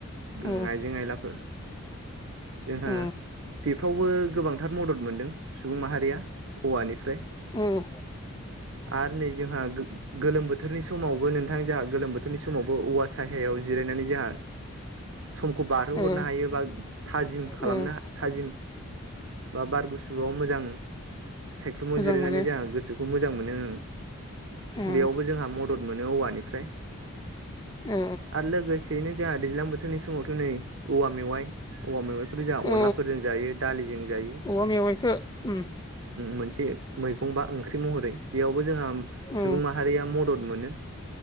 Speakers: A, on the right; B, on the left.
A: उम
B: औ
A: आइजें आयलाफोर। जोंहा
B: औ
A: बेफ्रावबो गोबांथार मदद मोनदों सुबुं माहारिया औवानिफ्राय
B: उम।
A: आरो नै जोंहा गो गोलोम बोथोरनि समावबो नोंथां जोंहा गोलोम बोथोरनि समावबो औवा साहायाव जिरायनानै जोंहा समखौ बारहोहरनो
B: औ
A: हायो बा थाजिम खालामना
B: औ
A: थाजिम बा बार गुसुआव मोजां सायख्लुमाव
B: मोजां
A: जिरायनानै
B: मोनो
A: जोंहा गोसोखौ मोजां मोनो।
B: उम
A: बेयावबो जोंहा मदद मोनो औवानिफ्राय।
B: औ
A: आरो लोगोसेयैनो जोंहा दैज्लां बोथोरनि समावथ' नै औवा मेवाइ औवा मेवाइखौथ' जोंहा
B: औ
A: अनलाफोरजों जायो दालिजों जायो।
B: औवा मेवाइखौ उम
A: मोनसे मैगं बा ओंख्रि महरै बेयावबो जोंहा
B: औ
A: सुबुं माहारिया मदद मोनो।